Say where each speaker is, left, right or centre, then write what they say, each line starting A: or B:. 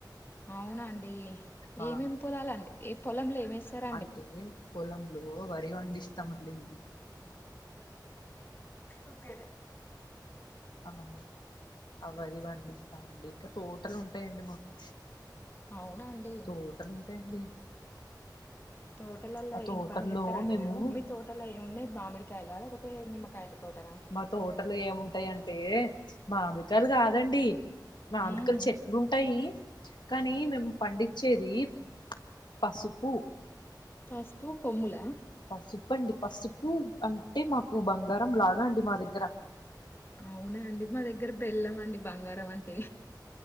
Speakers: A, on the left; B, on the left.
A: అవునండి
B: ఆ
A: ఏమేమి పొలాలండి ఏ పొలంలో ఏమేసారు అ
B: అంటే పొలంలో వరి వండిస్తామండి మేము
A: ఓకే
B: ఆహా అ వరి వండిస్తామండి ఇంకా తోటలు ఉంటాయండి మాకు.
A: అవునాండి
B: తోటలు ఉంటాయండి
A: తోటలలో
B: ఆ తోటల్లో
A: ఏం పని జేస్తరండి
B: మేము
A: మీరు మీ తోటలో ఏమిన్నాయ్ మామిడి కయలా లేతే నిమ్మకాయల తోటనా
B: మా తోటలో ఏముంటాయంటే మామిడికాయ్ లు కాదండి. మామిడికళ్ళ్
A: మ్మ్
B: చెట్లు ఉంటాయి. కానీ మేము పండించేది పసుపు.
A: పసుపు కొమ్ములా
B: పసుపు అండి పసుపు అంటే మాకు బంగారం లాగా అండి మా దగ్గర
A: అవునా అండి మా దగ్గర బెల్లం అండి బంగారం అంటే